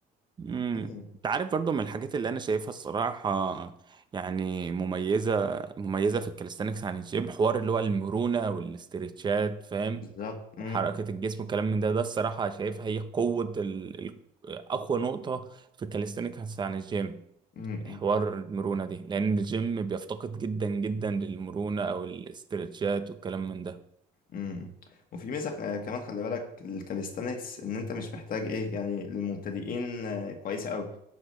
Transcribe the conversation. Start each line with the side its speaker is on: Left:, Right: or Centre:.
Right: امم
Left: مم.
Right: انت عارف برضو من الحاجات اللي انا شايفها الصراحه يعني مميزه مميزه في الكاليستانكس عن الجيم حوار اللي هو المرونه والاسترتشات فاهم
Left: بالظبط مم.
Right: حركه الجسم والكلام من ده ده الصراحه شايفها هي قوه ال... ال... اقوى نقطه في الكاليستانكس عن الجيم
Left: مم.
Right: حوار المرونه دي لان الجيم بيفتقد جدا جدا للمرونه او الاسترتشات والكلام من ده
Left: امم وفي ميزة آه، كمان خلي بالك الكاليستانكس ان انت مش محتاج ايه يعني للمبتدئين آه، كويسة قوي